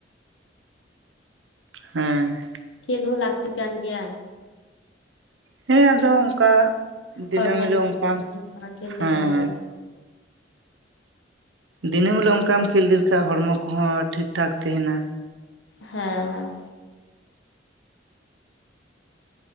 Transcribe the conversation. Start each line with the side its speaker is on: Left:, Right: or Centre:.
Right: ᱦᱮᱸ᱾
Left: ᱠᱷᱮᱹᱞ ᱦᱚᱸ ᱞᱟᱹᱠᱛᱤ ᱠᱟᱱ ᱜᱮᱭᱟ᱾
Right: ᱦᱮᱸ ᱟᱫᱚ ᱚᱝᱠᱟ, ᱫᱤᱱᱟᱹᱢ
Left: ᱦᱚᱲᱢᱚ
Right: ᱦᱤᱞᱳᱜ
Left: ᱠᱚ ᱵᱮᱥ
Right: ᱚᱝᱠᱟ
Left: ᱵᱩᱡᱷᱟᱹᱜᱼᱟ ᱠᱷᱮᱞ
Right: ᱦᱮᱸ᱾
Left: ᱞᱮᱠᱷᱟᱱᱮ
Right: ᱫᱤᱱᱟᱹᱢ ᱦᱤᱞᱳᱜ ᱚᱝᱠᱟᱢ ᱠᱷᱮᱹᱞ ᱤᱫᱤ ᱞᱮᱠᱷᱟᱡ ᱦᱚᱲᱢᱚ ᱠᱚᱦᱚᱸ ᱴᱷᱤᱠ ᱴᱷᱟᱠ ᱛᱮᱦᱮᱱᱟ᱾
Left: ᱦᱮᱸ ᱦᱮᱸ᱾